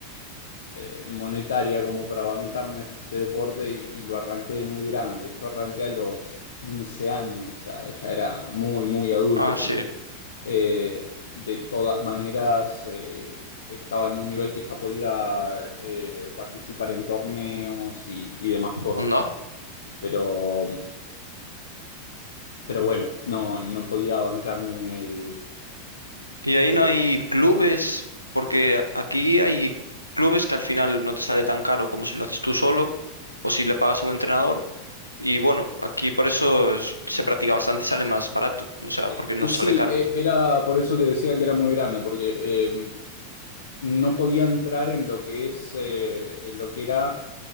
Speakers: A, on the left; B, on the left.
A: eh, monetaria como para bancarme ese deporte y, y lo arranqué de muy grande. Yo arranqué a los 15 años, ya, ya era muy, muy adulto.
B: Ah, sí,
A: Eh, de todas maneras, eh, estaba en un nivel que ya podía eh, participar en torneos y, y demás cosas.
B: onda.
A: Pero, pero bueno, no, no podía bancarme el,
B: Y ahí
A: el
B: no hay clubes, porque aquí hay clubes que al final no te sale tan caro como si lo haces tú solo o si le pagas a un entrenador Y bueno, aquí por eso es- se practica bastante y sale más barato, o sea,
A: Eh,
B: porque no
A: Sí,
B: sale caro.
A: eh, era por eso que decía que era muy grande, porque eh, no podía entrar en lo que es, eh, en lo que era